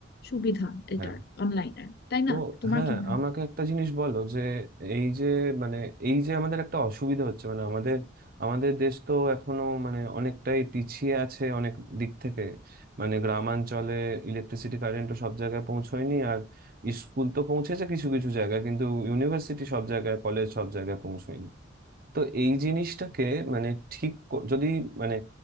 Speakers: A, on the left; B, on the right.
A: সুবিধা এটার
B: হ্যাঁ
A: অনলাইনের তাই
B: তো
A: না তোমার
B: হ্যাঁ
A: কি মনে
B: আমাকে
A: হয়
B: একটা জিনিস বলো যে এই যে মানে এই যে আমাদের একটা অসুবিধা হচ্ছে মানে আমাদের আমাদের দেশ তো এখনো মানে অনেকটাই পিছিয়ে আছে অনেক দিক থেকে মানে গ্রামাঞ্চলে ইলেকট্রিসিটি কারেন্ট তো সব জায়গায় পৌঁছয়নি আর স্কুল তো পৌঁছেছে কিছু কিছু জায়গায় কিন্তু ইউনিভার্সিটি সব জায়গায় কলেজ সব জায়গায় পৌঁছয়নি তো এই জিনিসটাকে মানে ঠিক ক- যদি মানে